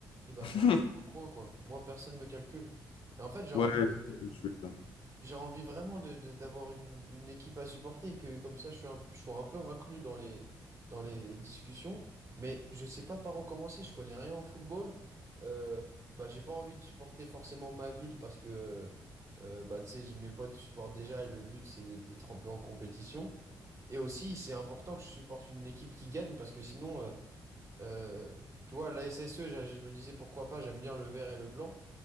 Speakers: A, on the right; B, on the left.
A: Et ben
B: <laughs>
A: moi, je suis dans le coin, quoi. Moi, personne me calcule. Et en fait, j'ai envie
B: Ouais, je
A: de, de-
B: sais ce que tu veux dire.
A: j'ai envie vraiment de, de- d'avoir une, une équipe à supporter et que comme ça je suis un, je sois un peu inclus dans les, dans les discussions. Mais je sais pas par où commencer, je connais rien au football. Euh, bah, j'ai pas envie de supporter forcément ma ville parce que euh, bah, tu sais, j'ai- mes potes supportent déjà et le but c'est de- d'être un peu en compétition. Et aussi, c'est important que je supporte une équipe qui gagne parce que sinon, euh, euh, tu vois, la SSE, j'a- je me disais pourquoi pas, j'aime bien le vert et le blanc.